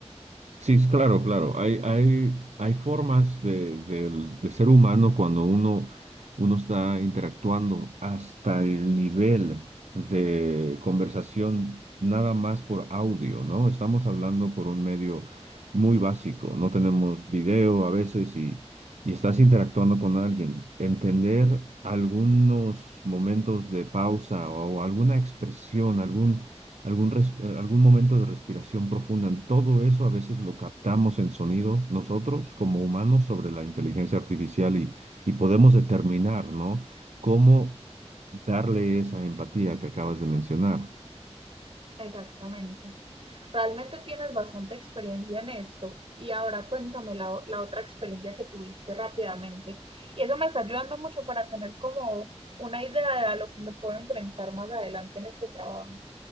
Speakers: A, on the right; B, on the right.
A: Sí, es claro, claro. Hay, hay, hay formas de, del- de ser humano cuando uno, uno está interactuando hasta el nivel de conversación nada más por audio, ¿no? Estamos hablando por un medio muy básico, no tenemos video a veces y, y estás interactuando con alguien. Entender algunos momentos de pausa o alguna expresión, algún algún, res- algún momento de respiración profunda. Todo eso a veces lo captamos en sonido nosotros como humanos sobre la inteligencia artificial y, y podemos determinar, ¿no? Cómo darle esa empatía que acabas de mencionar.
B: Exactamente. Realmente tienes bastante experiencia en esto y ahora cuéntame la, o- la otra experiencia que tuviste rápidamente. Y eso me está ayudando mucho para tener como una idea de a lo que me puedo enfrentar más adelante en este trabajo.